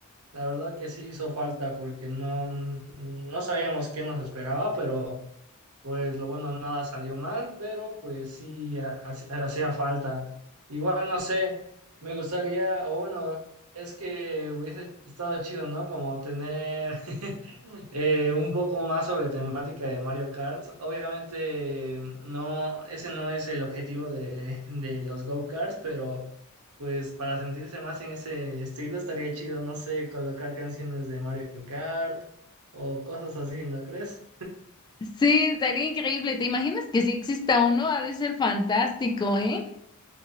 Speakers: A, on the right (about 80°); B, on the left (about 20°).
A: La verdad que sí hizo falta porque no, no sabíamos qué nos esperaba, pero pues lo bueno, nada salió mal, pero pues sí ha- ha- hacía falta. Igual no sé, me gustaría, o bueno, es que hubiese estado chido, ¿no? Como tener eh, un poco más sobre temática de Mario Kart. Obviamente no, ese no es el objetivo de, de los go-karts, pero pues para sentirse más en ese estilo estaría chido, no sé, colocar canciones de Mario Kart o cosas así, ¿no crees?
B: Sí, estaría increíble. ¿Te imaginas que si exista uno? Ha de ser fantástico, ¿eh?